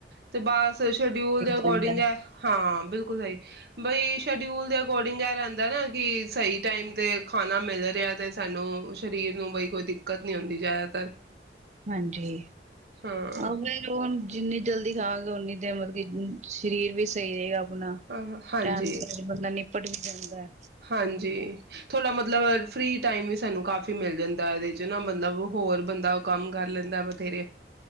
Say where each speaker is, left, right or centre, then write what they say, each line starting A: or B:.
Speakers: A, on the right; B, on the right.
A: ਤੇ ਬਸ ਸ਼ਡਿਊਲ ਦੇ ਅਕੋਡਿੰਗ
B: ਜਾਂਦਾ
A: ਹੈ ਹਾਂ ਬਿਲਕੁਲ ਸਹੀ ਬਈ ਸ਼ਡਿਊਲ ਦੇ ਅਕੋਰਡਿੰਗ ਇਹ ਰਹਿੰਦਾ ਨਾ ਕਿ ਸਹੀ ਟਾਈਮ ਤੇ ਖਾਣਾ ਮਿਲ ਰਿਹਾ ਤੇ ਸਾਨੂੰ ਸਰੀਰ ਨੂੰ ਬਈ ਕੋਈ ਦਿੱਕਤ ਨੀ ਆਉਂਦੀ ਜ਼ਿਆਦਾਤਰ
B: ਹਾਂਜੀ
A: ਹਾਂ
B: ਆ ਫਿਰ ਜਿੰਨੀ ਜਲਦੀ ਖਾਂਗੇ ਉਓਨੀ ਦੇਰ ਮਤਲਬ ਸਰੀਰ ਵੀ ਸਹੀ ਰਹੇਗਾ
A: ਹਾਂ ਹਾਂਜੀ
B: ਟਾਈਮ ਸ ਬੰਦਾ ਨ ਪੜ੍ਹ ਵੀ ਜਾਂਦਾ
A: ਹਾਂਜੀ ਥੋੜਾ ਮਤਲਬ ਫ੍ਰਰੀ ਟਾਈਮ ਵੀ ਸਾਨੂੰ ਕਾਫੀ ਮਿਲ ਜਾਂਦਾ <unintelligible> ਦੇ ਚ ਨਾ ਬੰਦਾ ਮਤਲਬ ਹੋਰ ਬੰਦਾ ਕੰਮ ਕਰ ਲੈਂਦਾ ਬਥੇਰੇ